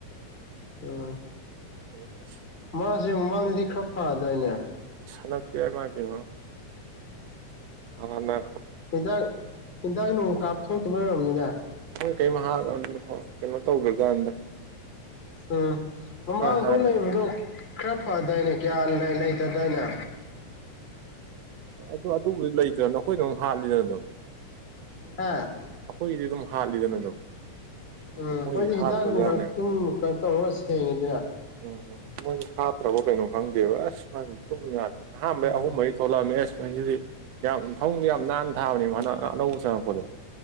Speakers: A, on the left; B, on the right.
A: ꯎꯝ
B: <unintelligible>
A: ꯃꯥꯖꯦ ꯃꯃꯥꯡꯗꯗꯤ ꯈꯔ ꯐꯗꯥꯏꯅꯦ
B: ꯑꯁ ꯍꯟꯗꯛꯇꯤ ꯏꯃꯥꯏꯄꯦꯝꯃ ꯍꯥꯟꯅ
A: ꯍꯤꯗꯥꯛ ꯍꯤꯗꯥꯛ ꯅꯨꯡ ꯀꯥꯞꯊꯣꯛꯇꯕꯩ ꯑꯣꯏꯔꯝꯅꯤꯗ
B: ꯃꯣꯏ ꯀꯩꯝ ꯍꯥꯠ <unintelligible> ꯀꯩꯅꯣ ꯇꯧꯗ꯭ꯔꯖꯥꯅꯤꯗ
A: ꯎꯝ ꯃꯃꯥꯡ ꯑꯈꯣꯏ
B: ꯍꯥꯟꯅ
A: ꯂꯩꯕꯗꯣ ꯈꯔ ꯐꯗꯥꯏꯅꯦ ꯀꯌꯥ ꯂꯩꯇꯗꯥꯏꯅꯦ
B: ꯑꯗꯨ-ꯑꯗꯨꯕꯨꯗꯤ ꯂꯩꯇ꯭ꯔꯅ ꯑꯩꯈꯣꯏꯅ ꯑꯗꯨꯝ ꯍꯥꯜꯂꯤꯗꯅ ꯑꯗꯨꯝ
A: ꯑꯥ
B: ꯑꯩꯈꯣꯏꯒꯤꯗꯤ ꯑꯗꯨꯝ ꯍꯥꯠꯂꯤꯗꯅ ꯑꯗꯨꯝ
A: ꯎꯝ
B: ꯃꯣꯏꯗꯤ
A: ꯍꯣꯏꯅꯦ
B: ꯍꯥꯠꯇ꯭ꯔꯖꯥꯠꯅꯦꯕ
A: ꯍꯤꯗꯥꯛ ꯅꯨꯡꯗꯥꯛꯁꯨ ꯑꯗꯨꯝ ꯀꯩꯅꯣ ꯇꯧꯔꯒ ꯁꯦꯡꯉꯤꯗꯅ
B: ꯎꯝ ꯃꯣꯏ ꯍꯥꯞꯇ꯭ꯔꯕ ꯀꯩꯅꯣ ꯈꯪꯗꯦꯕ ꯑꯁ ꯃꯥꯏ ꯇꯨꯝ ꯌꯥꯗꯗꯅ ꯑꯍꯥꯟꯕꯩ
A: ꯎꯝ
B: ꯑꯍꯨꯝ ꯃꯔꯤ ꯊꯣꯛꯂꯝꯃꯤ ꯑꯦꯁ ꯃꯁꯤꯗꯤ ꯌꯥꯝ ꯐꯃꯨꯡꯗꯣ ꯌꯥꯝ ꯅꯥꯟꯅ ꯊꯥꯕꯅꯦ ꯍꯟꯗꯛ ꯑꯅꯧꯕ ꯆꯪꯉꯛꯄꯗꯣ